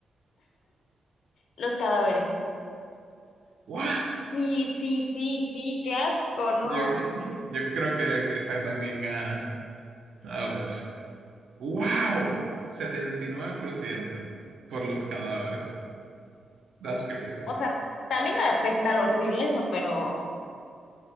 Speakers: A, on the left; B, on the right.
A: Los cadáveres.
B: ¿What?
A: Sí, sí, sí, sí, qué asco, ¿no?
B: Yo, <laughs>
A: Sí.
B: yo creo que esa también gana. A ver. ¡Wow! 79% por ciento por los cadáveres. That's crazy.
A: O sea, también ha de apestar horrible eso, pero,